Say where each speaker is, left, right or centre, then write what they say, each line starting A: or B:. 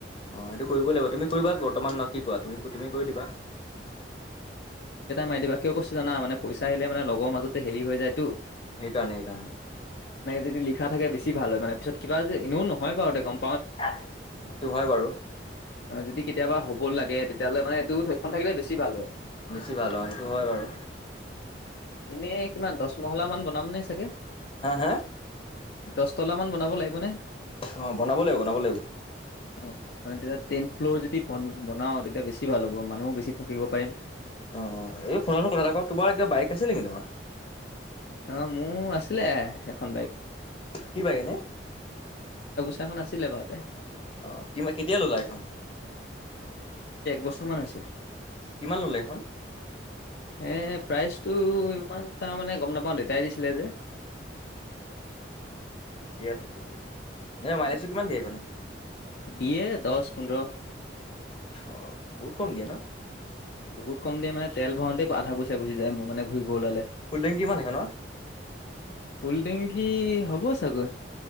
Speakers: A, on the left; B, on the left.
A: অ সেইটো কৰিবই লাগিব তুমি কৰিবা বৰ্তমান নহ কি কোৱা তুমি তুমি কৰি দিবা।
B: মাৰ দিবা কিয়ছো জানা মানে পইচা আহিলে মান লগৰ মাজতে হেৰি হৈ যায় তো।
A: সেইকাৰণে সেইকাৰণে।
B: যদি লিখা থাকেছ ভাল হয় মানে পিছত কিবা এনে নহয় বাৰুঁতে কম।
A: অ সেইটো হয় বাৰু
B: যদি কেতিয়াবা হ'ব লাগে তেতিয়াহলে মানে এইটো থৈখন থাকিলে বেছি ভাল হয়।
A: বেছি ভাল হয় সেইটো হয় বাৰু
B: এনেই কিমান দহ মহলা মান বনাম নে চাগে।
A: হা হা
B: দহ তলা মান বনাব লাগিব নে?
A: অ বনাব লাগিব বনাব লাগিব।
B: অ মানে তেতিয়া টেন ফ্ল'ৰ যদি বনাও তেতিয়া বেছি ভাল হ'ব মানুহো বেছি থাকিব পাৰিম।
A: অ এই ফোন ফোন কথা ক তোমাৰ বাইক আছিল নেকি তোমাৰ?
B: আহ মোৰ আছিলে এখন বাইক।
A: কি বাইক এনে?
B: খন আছিলে বাৰুতে
A: আহ কিবা কেতিয়া ললা এইখন?
B: বছৰমান হৈছে।
A: কিমান ল'লে এইখন?
B: এ প্ৰাইচটো ইমান তাৰমানে গম নাপাওঁ দেউতাই দিছিলে যে
A: অ ঠিকে আছে ঠিকে আছে। ন
B: উম,
A: মাইলছো কিমান দিয়ে?
B: দিয়ে দহ পোন্ধৰ
A: অ বহুত কম দিয়ে ন।
B: বহুত কম দ মানে তেল ভাওঁতে আধা পইচা গুচি যায় মোৰ মানে ঘূৰিব ওলালে
A: ফুল টেংকি কিমান সেইখনৰ
B: কলিং হ'ব চাগৈ।